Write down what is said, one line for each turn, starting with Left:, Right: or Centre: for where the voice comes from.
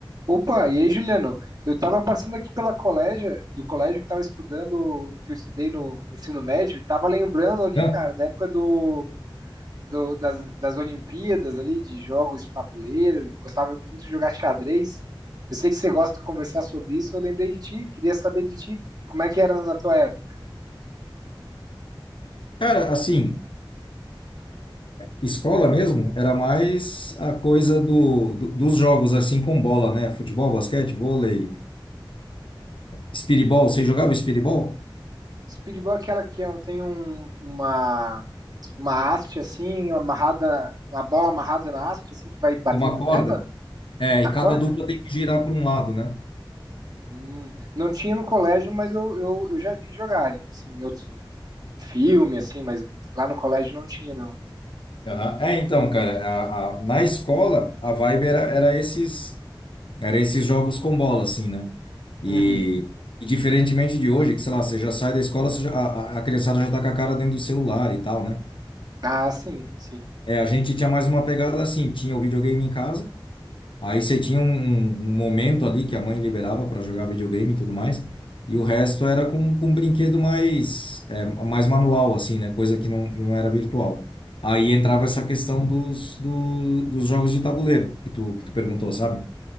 Right: Opa, e aí, Juliano? Eu estava passando aqui pela colégio, do colégio que estava estudando, que eu estudei no ensino médio, e estava lembrando ali,
Left: Não,
Right: cara, da época do, do- das, das Olimpíadas ali, de jogos de tabuleiro, gostava muito de jogar xadrez. Eu sei que você gosta de conversar sobre isso, eu lembrei de ti, queria saber de ti, como é que era na tua época.
Left: cara, assim, escola mesmo era mais a coisa do, do- dos jogos, assim, com bola, né? Futebol, basquete, vôlei, espiribol. Você jogava espiribol?
Right: Speedball é aquela que é- tem um- uma, uma haste assim, amarrada, uma bola amarrada na haste, assim, que vai batendo
Left: Com uma corda?
Right: nela,
Left: É,
Right: na
Left: e
Right: corda?
Left: cada dupla tem que girar para um lado, né?
Right: Hum, não tinha no colégio, mas eu, eu, eu já vi jogarem, assim, em outros, em filme, assim, mas lá no colégio não tinha, não.
Left: Aham. É, então, cara, a- a- na escola, a vibe era, era esses, era esses jogos com bola, assim, né? E,
Right: Uhum.
Left: e diferentemente de hoje, que, sei lá, você já sai da escola, você já- a, a a criançada já tá com a cara dentro do celular e tal, né?
Right: Ah, sim, sim.
Left: É, a gente tinha mais uma pegada assim, tinha o videogame em casa, aí você tinha um, um um momento ali que a mãe liberava para jogar videogame e tudo mais, e o resto era com, com um brinquedo mais, é, mais manual, assim, né? Coisa que não, não era virtual. Aí entrava
Right: Uhum.
Left: essa questão dos, do, dos jogos de tabuleiro, que tu, que tu perguntou, sabe?